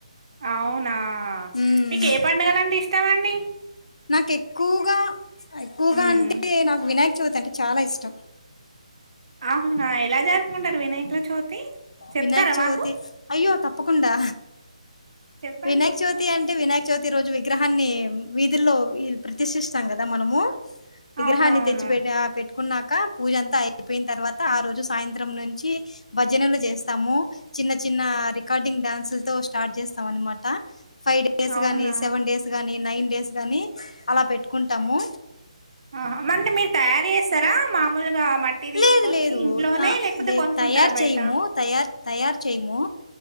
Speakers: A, on the right; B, on the left.
A: అవునా
B: మ్మ్
A: మీకు ఏ పండుగలంటే ఇష్టమండి
B: నాకు ఎక్కువగా ఎక్కువగా
A: ఉమ్
B: అంటే నాకు వినాయక్ చవితి అంటే చాలా ఇష్టం
A: అవునా ఎలా జరుపుకుంటారు వినాయకుల చవితి చెప్తారా
B: వినాయక్ చవితి
A: మాకు
B: అయ్యో తప్పకుండా
A: చెప్పండి
B: వినాయక్ చవితి అంటే వినాయక్ చవితి రోజు విగ్రహాన్ని వీధుల్లో ప్రతిసిస్తాం కదా మనము విగ్రహాన్ని
A: అవునవును
B: తెచ్చి పెట పెట్ కున్నాక పూజ అంతా అయిపోయిన తర్వాత ఆ రోజు సాయంత్రం నుంచి భజనలు చేస్ తము చిన్న చిన్న రికార్డింగ్ డ్యాన్సులతో స్టార్ట్ చేస్తాం అన్నమాట ఫైవ్ డేస్
A: అవునా
B: గాని సెవెన్ డేస్ గాని నైన్ డేస్ గాని అలా పెట్టుకుంటాము
A: ఆ మన్ను మీరు తయారు చేస్తారా మామూలుగా మ ట్టి తీసుకొచ్చి
B: లేదు లేదు.
A: ఇంట్లోనే
B: ఆ!
A: లేకపోతే
B: లేదు
A: కొనుకుంటారా
B: తయారు
A: బయట
B: చేయము. తయారు తయారు చేయమూ